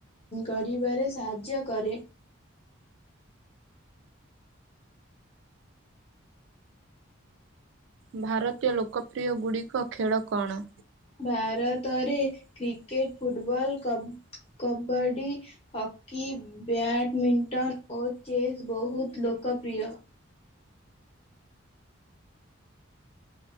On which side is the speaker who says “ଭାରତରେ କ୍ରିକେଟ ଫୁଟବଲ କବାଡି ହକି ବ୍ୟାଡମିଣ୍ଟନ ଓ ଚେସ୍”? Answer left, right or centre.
Left